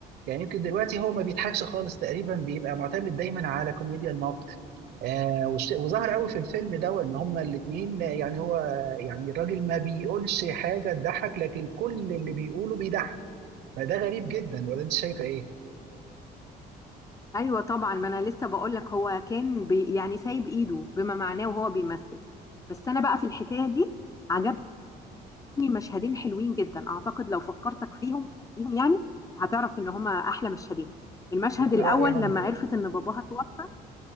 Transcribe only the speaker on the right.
يعني يمكن دلوقتي هو ما بيضحكش خالص تقريبا بيبقى معتمد دايما على كوميديا الموقف آه والش- وظهر قوي في الفيلم ده ان هما الاثنين يعني هو يعني الراجل ما بيقولش حاجه تضحك لكن كل اللي بيقوله بيضحك فده غريب جدا ولا انت شايفه ايه؟
يا ترى
ايه هم؟